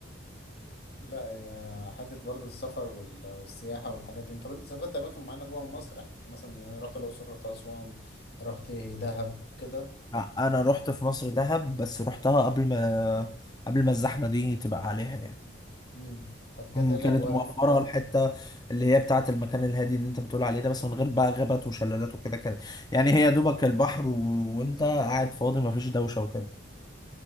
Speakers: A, on the left; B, on the left.
A: لا يا حتة برضه السفر وال- والسياحة والحاجات دي انت انت سافرت أماكن معينة جوه مصر حتى مثلا يعني أنا رحت الأقصر رحت أسوان رحت دهب كده
B: <laughs> أنا رحت في مصر دهب بس رحتها قبل ما قبل ما الزحمة دي تبقى عليها يعني
A: مم. طب كده
B: مم،
A: ايه الأجواء
B: كانت موفرة الحتة اللي هي بتاعة المكان الهادي اللي انت بتقول عليه ده بس من غير بقى غابات وشلالات وكده كده يعني هي دوبك البحر و... وانت قاعد فاضي مفيش دوشة وكده